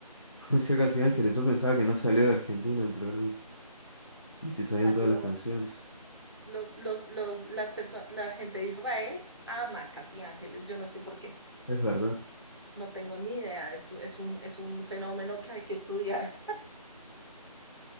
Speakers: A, on the left (about 45°); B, on the right (about 40°).
A: <laughs> conocía casi
B: Y
A: ángeles. Yo pensaba que no salió de Argentina el programa. Y se sabían
B: salió.
A: todas las canciones.
B: Los, los, los, las perso- la gente de Israel ama Casi Ángeles, yo no sé por qué,
A: Es verdad.
B: no tengo ni idea, es, es un, es un fenómeno que hay que estudiar,